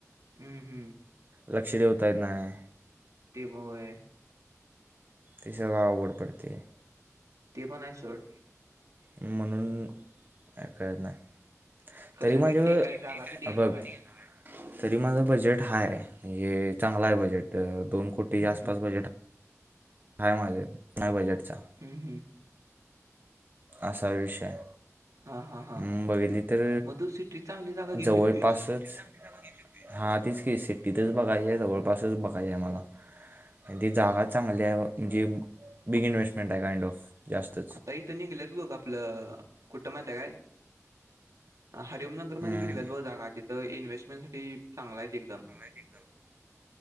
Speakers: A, on the right; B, on the right.
A: हम हम.
B: लक्ष ठेवता येत नाय.
A: ते ब होय.
B: ते सगळं अवघड पडतंय.
A: ते पण आहे सोड
B: म्हणून काय कळत नाय.
A: कसं
B: तरी माझ्यावर
A: किती काय
B: कित्येक
A: जागा घेणार
B: अबग हाय
A: आहेस
B: किती येणार हाय. तरी माझं बजेट हाय हे चांगल आहे बजेट दोन कोटीच्या
A: हम्म
B: आसपास
A: हम्म
B: बजेट हा. हाय माझ नाही बजेटचा
A: हम् हम्.
B: असा विषय हाय.
A: हा हा हा
B: हम बघितली तर
A: मग तू सिटीत चांगली जागा घेऊ
B: जवळपासच.
A: शकतोयस
B: इथं बघितली होती हा तिचं सिटीतच बघायची आहे जवळपासच बघायचं मला आणि ती जागा चांगली आहे म्हणजे बिग इन्व्स्टमेंट आहे गाइंड ऑफ जास्त
A: आता इथं निघल्यात बघ आपलं कुठं माहिती काय हरि ओम नाग. ऑफर
B: हम्म.
A: मध्ये निघल्यात बघ जागा तिथं इन्व्हेस्टमेंट साठी चांगल आहेत एकदम
B: एकदम.